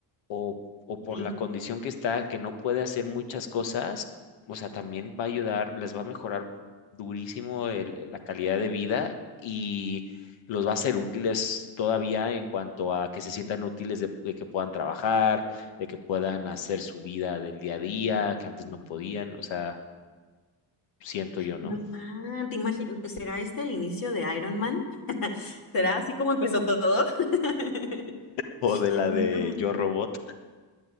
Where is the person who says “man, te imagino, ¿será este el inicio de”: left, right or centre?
Left